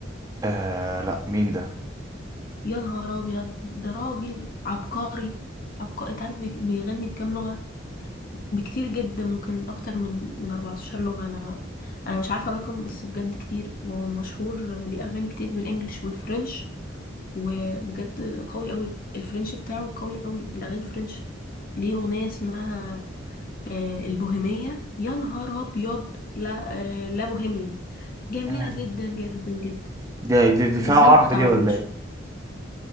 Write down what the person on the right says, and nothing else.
آه لا مين
ده
دي, دي, دي
فيها
عربي
دي ولا ايه